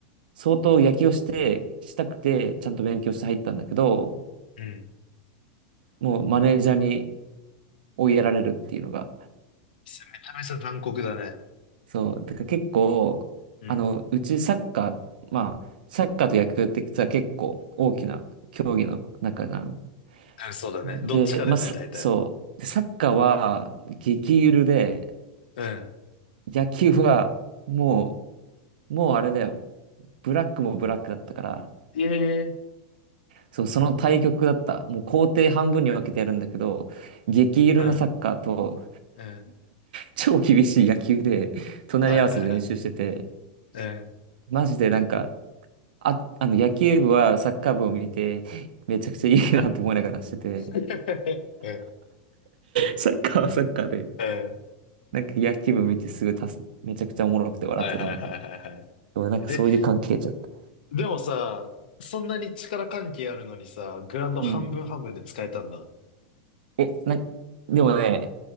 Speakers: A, on the right; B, on the left.
A: 相当野球をして、したくて、ちゃんと勉強して入ったんだけど、
B: ん。うん。め
A: もうマネージャーに追いやられるっていうのが
B: ちゃめちゃ残酷だね。
A: そう、だから結構、
B: うん。
A: あの、うちサッカー、まあ、サッカーと野球って実は結構大きな競技の中じゃん。
B: うん、そうだね。
A: で、
B: どっちかだよね、
A: まあ、そそう。
B: 大体。
A: でサッカーは激ゆるで、
B: うん。
A: 野球はもう、もうあれだよ。ブラックもブラックだったから、
B: ええ
A: そう、その対極だった。もう工程半分に分けてやるんだけど、激ゆるのサッカーと
B: うん、うん。
A: 超厳しい野球で隣り合わせで練習してて、
B: はいはいはい。うん。
A: マジでなんかあ、あの、野球部はサッカー部を見て、めちゃくちゃいいなと思いながらしてて、
B: <laughs> うん、
A: サッカーはサッカーで。
B: うん。
A: なんか野球部見てすぐたす、めちゃくちゃおもろくて笑ってたみたいな。
B: はいはいはいはいはい。
A: でもなんかそういう関係ちゃった。
B: え、でもさ、そんなに力関係あるのにさ、グラウンド半分半分で使えたんだ。
A: うん。え、な、でもね、